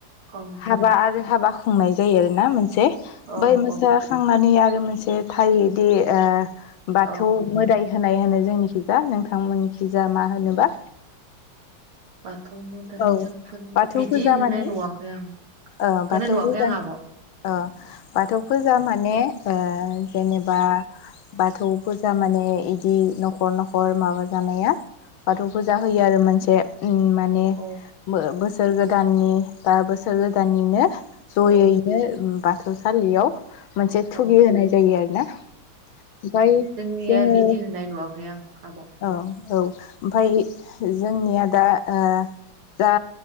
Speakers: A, on the right; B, on the left.
A: औ
B: हाबा आरो हाबा खुंनाय जायो आरो ना नों से
A: औ
B: बै मोसा
A: औ
B: खांनानै आरो आरो मोनसे थायोदि ओ । बाथौ
A: औ
B: मोदाय हो होनाय होनो जोंनिखिजा नोंथांमोननिखिजा मा होनोबा?
A: बाथौ मोदाइ
B: औ
A: जोंफोरनि
B: बाथौ
A: बिदि
B: फुजा
A: होनाय
B: मानि
A: नुवाखै आं
B: ओ
A: होनाय
B: बाथौ
A: नुवाखै
B: फुजा
A: आं आब' ।
B: ओ बाथौ फुजा माने ओ जेनेबा बाथौ । फुजा माने इदि न'खर न'खर माबा जानाया बाथौ फुजा होयो आरो मोनसे उम माने मो
A: औ
B: बोसोर बोसोर गोदाननि बा बोसोर गोदाननिनो । ज'यैनो
A: औ
B: ओम बा थौ सालियाव मोनसे थुगि
A: औ
B: होनाय जायो आरो ना ओमफाय
A: गैया
B: जोङो
A: बिदि होनाय नुवाखै आं आब'
B: औ औ ओमफ्राय जोंनिया दा ओ दा